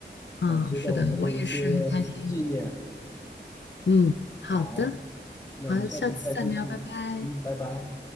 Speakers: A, on the left; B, on the left.
A: 啊，
B: 啊，值得我们的一些纪念。
A: 是的，我也是很开心。嗯，好的，
B: 好，那我们下次再继续。
A: 好，下次再聊，拜拜。
B: 嗯，拜拜。